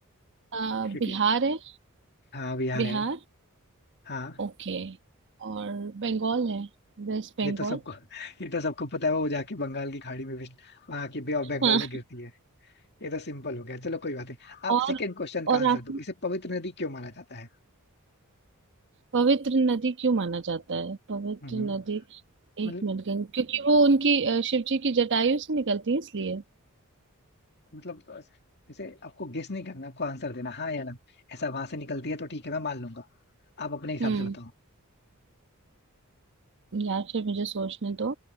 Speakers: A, on the right; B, on the left.
A: अ,
B: क्योंकि
A: बिहार है
B: हाँ बिहार
A: बिहार
B: है हाँ
A: ओके और बंगाल है वेस्ट बंगाल
B: ये तो सबको <laughs> ये तो सबको पता है वो जाके बंगाल की खाड़ी में भी वहां की बे ऑफ बंगाल
A: हाँ
B: में गिरती है ये तो सिंपल हो गया चलो कोई बात नहीं आप
A: और
B: सेकंड क्वेश्चन
A: और
B: का आंसर
A: आप
B: दो इसे पवित्र नदी क्यों माना जाता है
A: पवित्र नदी क्यों माना जाता है पवित्र
B: हम्म
A: नदी
B: मतलब
A: एक मिनट गंग क्योंकि वो उनकी अ, शिव जी की जटायु से निकलती है इसलिए
B: मतलब इसे आपको गेस नहीं करना आपको आंसर देना हाँ या ना ऐसा वहां से निकलती है तो ठीक है मैं मान लूंगा आप अपने हिसाब
A: हम्म
B: से बताओ
A: यार फिर मुझे सोचने दो